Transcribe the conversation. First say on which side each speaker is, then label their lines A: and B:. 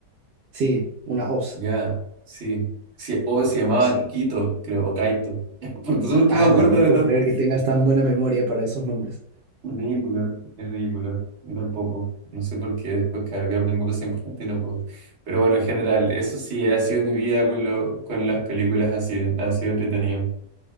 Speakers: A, on the right; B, on the right.
A: Sí, una hoz.
B: Ya, sí. Sí, o se llamaba
A: Sí.
B: Quito, creo, o Kaito. <laughs> Por eso es que me
A: Ala,
B: acuerdo
A: no
B: de
A: puedo
B: todo.
A: creer que tengas tan buena memoria para esos nombres.
B: Ridículo, es ridículo. Yo tampoco. No sé por qué después, claro, que tengo cosas importantes y no puedo. Pero bueno, en general, eso sí, ha sido mi vida con, lo, con las películas así. Ha sido entretenido.